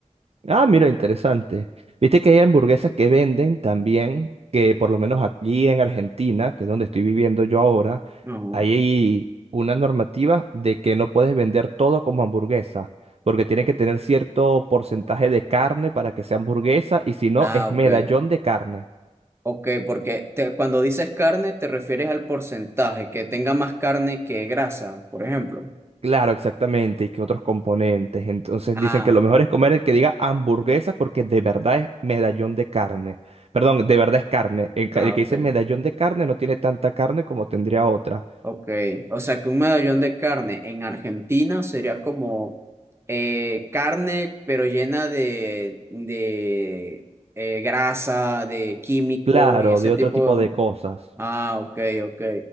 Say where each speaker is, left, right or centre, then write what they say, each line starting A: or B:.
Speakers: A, on the right (about 55°); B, on the right (about 20°).
A: Ah, mira, interesante. Viste que hay hamburguesas que venden también, que por lo menos aquí en Argentina, que es donde estoy viviendo yo ahora,
B: Ujú.
A: hay una normativa de que no puedes vender todo como hamburguesa, porque tiene que tener cierto porcentaje de carne para que sea hamburguesa, y si no,
B: Ah,
A: es
B: ok,
A: medallón de carne.
B: ok, porque te- cuando dices carne te refieres al porcentaje, que tenga más carne que grasa, por ejemplo.
A: Claro, exactamente, y que otros componentes. Entonces
B: Ah,
A: dicen que lo mejor es comer el que diga hamburguesa porque de verdad es medallón de carne. Perdón, de verdad es carne. El, ca-
B: ah,
A: el que
B: ok.
A: dice medallón de carne no tiene tanta carne como tendría otra.
B: Ok, o sea que un medallón de carne en Argentina sería como eh, carne pero llena de, de eh, grasa, de químicos
A: Claro,
B: y ese
A: de
B: tipo
A: otro tipo de cosas.
B: Ah, ok, ok.